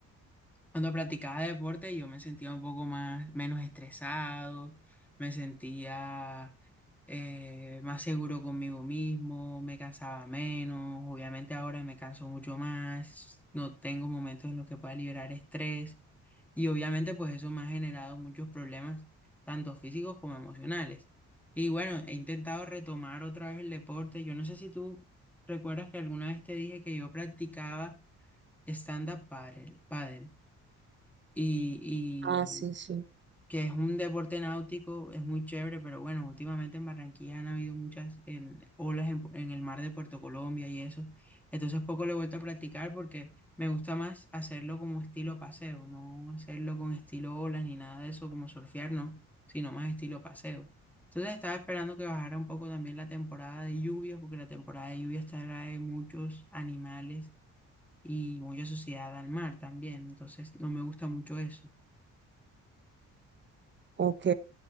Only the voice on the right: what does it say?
Ah, sí, sí.
Ok,